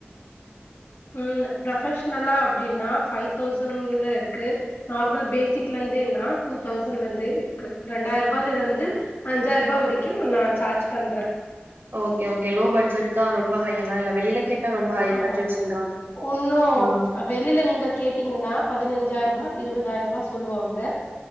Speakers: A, on the left; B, on the right.
A: உம் ப்ரொபெஷ்னலா அப்படின்னா பைவ் தௌசண்ட்ல இருக்கு நார்மல் பேசிக்ல இருந்தேனா டூ தௌசண்ட்ல இருந்து இருக்கு ரெண்டாயிரம் ரூபாயல இருந்து அஞ்சாயிரம் ரூபாய் வரைக்கும் நான் சார்ஜ் பண்றேன்
B: ஓகே ஓகே லோ பட்ஜெட் தான் ரொம்ப ஹை எல்லாம் இல்ல வெளியில கேட்டா ரொம்ப ஹை
A: ஆமா
B: பட்ஜெட் சொல்றாங்க
A: இன்னும்
B: ஆ
A: வெளில நீங்க கேட்டீங்கன்னா பதினஞ்சு அஞ்சாயிர ரூபா இருபதாயிர ரூபா சொல்லுவாங்க